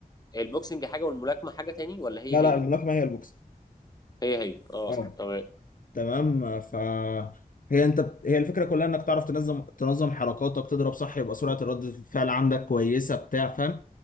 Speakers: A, on the left; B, on the left.
A: البوكسنج حاجة والملاكمة حاجة تاني ولا هي
B: لا لا
A: هي
B: الملاكمه هي البوكس
A: هي هي اه
B: اه
A: تمام
B: تمام ف هي انت بت- هي الفكره كلها انك تعرف تنظم تنظم حركاتك تضرب صح يبقى سرعه ردة الفعل عندك كويسه بتاع فاهم